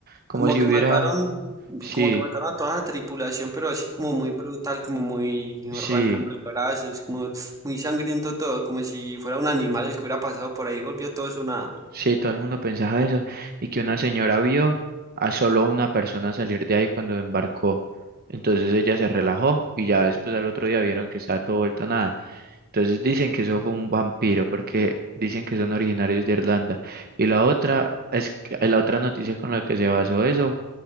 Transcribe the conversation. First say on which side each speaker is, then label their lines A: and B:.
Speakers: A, on the right (about 45°); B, on the right (about 15°).
A: como
B: Como
A: si
B: que
A: hubiera,
B: mataron,
A: sí,
B: como que mataron a toda la tripulación, pero así como muy brutal, como muy
A: sí,
B: arrancándole brazos, como muy sangriento todo, como si fuera un animal el que hubiera pasado por ahí y volvió todo eso nada.
A: sí, todo el mundo pensaba eso, y que una señora vio a solo una persona salir de ahí cuando embarcó. Entonces ella se relajó y ya después al otro día vieron que estaba todo vuelto nada. Entonces dicen que eso fue un vampiro porque dicen que son originarios de Irlanda. Y la otra es que- la otra noticia con la que se basó eso